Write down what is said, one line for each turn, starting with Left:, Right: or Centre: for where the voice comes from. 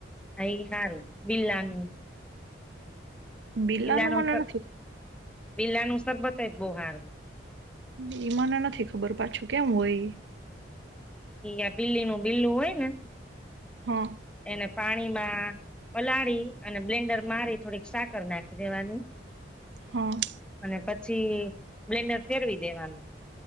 Centre: હા એ હારુ <unintelligible> <unintelligible>
Right: બિલાનું
Centre: બિલાનુંુસ
Right: મને નથી
Centre: બિલાનુંુસર બ બુહાર <unintelligible>
Right: એઈ મને નથી ખબર પાછું કેમ હોય?
Centre: એ બિલ્લીનું બિલ્લું હોય ને.
Right: હા.
Centre: એને પાણીમાં પલાળી અને બ્લેન્ડર મારી થોડીક સાકર નાખી દેવાની.
Right: હા.
Centre: અને પછી બ્લેન્ડર ફેરવી દેવાનું.